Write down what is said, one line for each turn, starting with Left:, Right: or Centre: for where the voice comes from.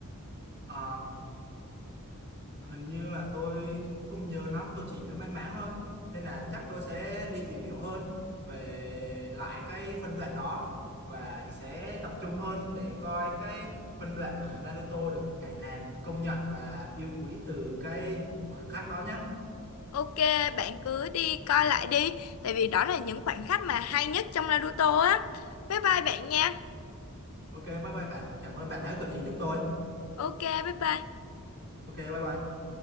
Right: Ờ, hình như là tôi không nhớ lắm, tôi chỉ nhớ mang máng thôi. Nên là chắc tôi sẽ đi tìm hiểu hơn về lại cái phân đoạn đó và sẽ tập trung hơn để coi cái phân đoạn mà Naruto được cả nàn công nhận và yêu quý từ cái khoảnh khắc đó nhé.
Left: Ok, bạn cứ đi coi lại đi. Tại vì đó là những khoảnh khắc mà hay nhất trong Naruto á. Bye bye bạn nha.
Right: Ok, bye bye bạn. Cảm ơn bạn đã gợi ý giúp tôi.
Left: Ok, bye bye.
Right: Ok, bye bye.